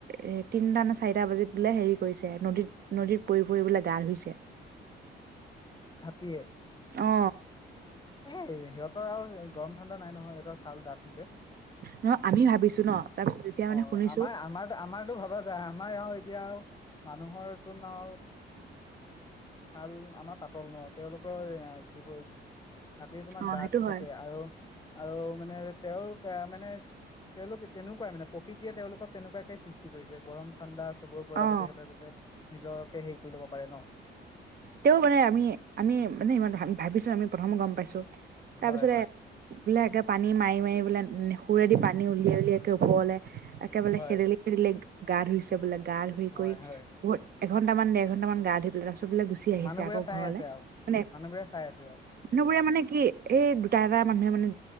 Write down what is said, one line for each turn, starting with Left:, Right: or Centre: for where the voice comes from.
Right: এ তিনিটা নে চাৰিটা বাজিত বোলে হেৰি কৰিছে নদীত নদীত পৰি পৰি বোলে গা ধুইছে
Left: হাতীয়়ে
Right: অ
Left: এ সিহঁতৰ আৰু গৰম ঠাণ্ডা নাই নহয় সিহঁতৰ ছাল ডাঠ যে
Right: ন আমি ভাবিছো ন তাৰপিছত যেতিয়া মানে
Left: অ
Right: শুনিছো
Left: আমাৰ আমাৰ আমাৰতো ভবা যায় আমাৰ আৰু এতিয়া মানুহৰটো ন ছাল আমাৰ পাতল ন তেওঁলোকৰ যিবোৰ হাতীৰ তোমাৰ
Right: অ
Left: দাঁত
Right: সেইটো
Left: থাকে
Right: হয়
Left: আৰু আৰু মানে তেওঁলোক মানে তেওঁলোক তেনেকুৱাই মানে প্ৰকৃতিয়ে তেওঁলোকক তেনেকুৱাকে সৃষ্টি কৰিছে গৰম ঠাণ্ডা চবৰে পৰা
Right: অ
Left: যতে সিহতে যাতে নিজৰকে হেৰি কৰি ল'ব পাৰে ন
Right: তেও মানে আমি আমি মানে ইমান ভাবিছো আমি প্ৰথম গম পাইছোঁ তাৰ
Left: হয়
Right: পিছতে
Left: হয়
Right: বোলে পানী মাৰি মাৰি বোলে সোৰেদি পানী উলিয়াই উলিয়াই ওপৰলে একেবাৰে
Left: হয়
Right: খেদিলি খেদিলি গা ধুইছে বোলে গা ধুই
Left: হয়
Right: কৈ
Left: হয়
Right: এঘণ্টা মান দেৰঘণ্টা মান গা ধু পাই তাৰপিছত বোলে গুচি আহিছে
Left: মানুহবোৰে
Right: আকৌ
Left: চাই
Right: ঘৰলে
Left: আছে আও
Right: মানে
Left: মানুহবোৰে চাই আছে আও
Right: মানুহবোৰে মানে কি এই দুটা এটা মানুহে মানে